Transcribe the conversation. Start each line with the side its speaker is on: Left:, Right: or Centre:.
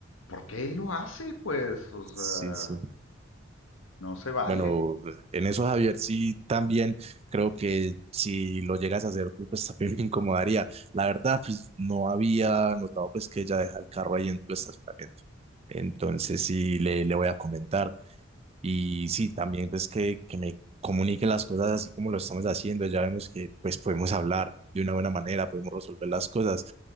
Left: ¿por qué lo hace? Pues, o sea,
Right: sí, sí.
Left: no se vale.
Right: Bueno, en eso, Javier, sí, también creo que si lo llegas a hacer tú, pues también me incomodaría. La verdad, pues no había notado pues que ella deja el carro ahí en tu estacionamiento. Entonces sí, le, le voy a comentar. Y sí, también pues que, que me comunique las cosas así como lo estamos haciendo. Ya vemos que pues podemos hablar de una buena manera, podemos resolver las cosas.